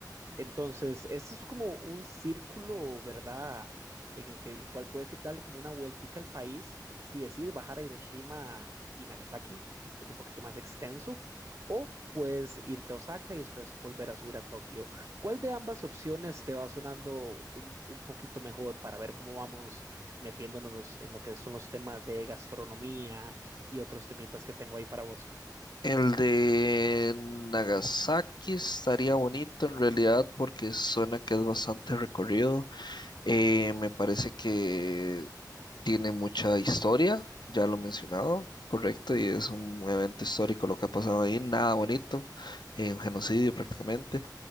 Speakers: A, on the right; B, on the left.
A: Entonces, ese es como un círculo, ¿verdad? En el que el cual puedes ir darle como una vueltica al país si decides bajar a Hiroshima y Nagasaki, es un poquito más extenso, o puedes irte a Osaka y después volver a subir a Tokio. ¿Cuál de ambas opciones te va sonando un, un poquito mejor para ver cómo vamos metiéndonos en lo que son los temas de gastronomía y otros temitas que tengo ahí para vos?
B: el de Nagasaki estaría bonito en realidad porque suena que es bastante recorrido. Eh, me parece que tiene mucha historia, ya lo he mencionado, correcto, y es un evento histórico lo que ha pasado ahí, nada bonito, eh, un genocidio prácticamente,